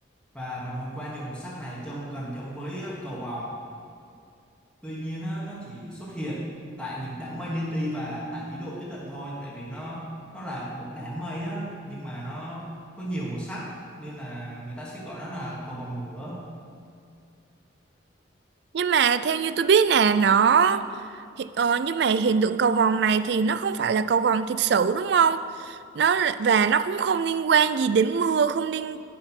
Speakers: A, in the centre; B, on the right.
A: và vần hào quang nhiều màu sắc này trông gần giống với ờ, cầu vồng tuy nhiên á, nó chỉ xuất hiện tại những đám mây li ti và tại phí độ nhất định thôi tại vì nó nó là một đám mây á nhưng mà nó có nhiều màu sắc nên là người ta sẽ gọi nó là cầu vồng lửa
B: Nhưng mà theo như tôi biết nè, nó hi- ờ, nhưng mà hiện tượng cầu vồng này thì nó không phải là cầu vồng thực sự đúng không? Nó là- và nó cũng không liên quan gì đến mưa, không liên